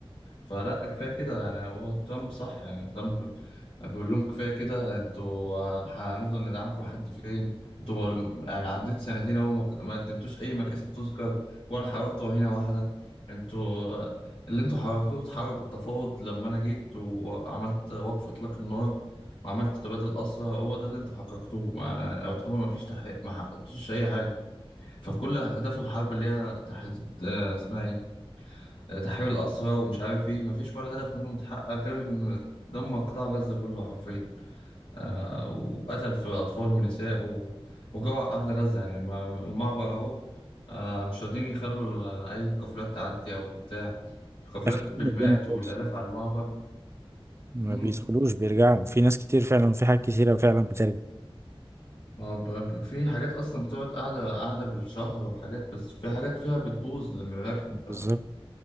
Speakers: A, on the left (about 65°); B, on the right (about 25°).
A: فلا كفايه كده يعني هو ترامب صح يعني ترامب بيقول لهم كفايه كده انتوا هنفضل ندعمكم لحد فين انتوا يعني عديت سنتين اهو ما ما قدمتوش اي مكاسب تذكر ولا حررتوا هنا واحده انتوا اللي انتوا حررتوه اتحرر بالتفاوض لما انا جيت وعملت وقف اطلاق النار وعملت تبادل اسرى هو ده اللي انتوا حققتوه ما يعتبر ما فيش تحقيق ما حققتوش اي حاجه فكل اهداف الحرب اللي هي تحديد آه، اسمها ايه تحرير الأسرى ومش عارف إيه مفيش ولا هدف منهم اتحقق غير إن دمر قطاع غزة كله حرفيا آه وقتل في أطفال ونساء و... وجوع أهل غزة يعني ما- المعبر أهو آه مش راضيين يخلوا ل- أي قافلات تعدي أو بتاع القافلات
B: قافلين
A: بالمئات
B: الدنيا خالص
A: والآلاف على المعبر
B: ما
A: مم.
B: بيدخلوش بيرجعوا في ناس كتير فعلا وفي حاجات كتيرة فعلا بترجع
A: ما هو ب- ب- في حاجات أصلا بتقعد قاعدة قاعدة بالشهر وحاجات بس في حاجات فيها بتبوظ لما الركنة ف
B: بالظبط